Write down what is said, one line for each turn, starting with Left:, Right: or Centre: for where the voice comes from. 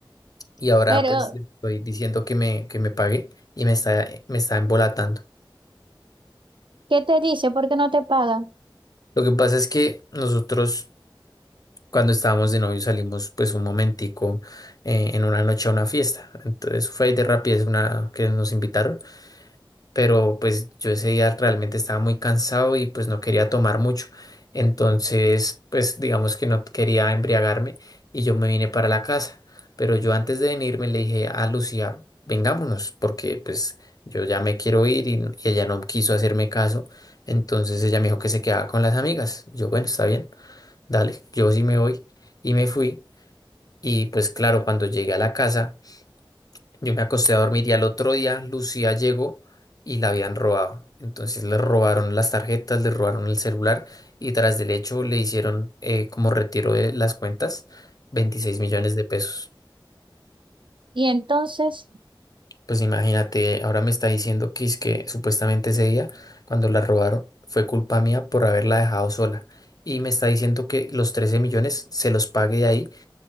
Left: y ahora
Right: Pero,
Left: pues le estoy diciendo que me, que me pague y me está, me está embolatando.
Right: ¿qué te dice? ¿Por qué no te paga?
Left: Lo que pasa es que nosotros Cuando estábamos de novio salimos pues un momentico eh, en una noche a una fiesta. Entonces fue de rapidez una que nos invitaron, pero pues yo ese día realmente estaba muy cansado y pues no quería tomar mucho. Entonces pues digamos que no quería embriagarme y yo me vine para la casa. Pero yo antes de venirme le dije a Lucía, vengámonos, porque pues yo ya me quiero ir y, y ella no quiso hacerme caso. Entonces ella me dijo que se quedaba con las amigas. Yo, bueno, está bien dale, yo sí me voy. Y me fui. Y pues claro, cuando llegué a la casa, yo me acosté a dormir y al otro día Lucía llegó y la habían robado. Entonces le robaron las tarjetas, le robaron el celular y tras del hecho le hicieron eh, como retiro de las cuentas 26 millones de pesos.
Right: Y entonces,
Left: Pues imagínate, ahora me está diciendo que es que supuestamente ese día, cuando la robaron, fue culpa mía por haberla dejado sola. Y me está diciendo que los 13 millones se los pague de ahí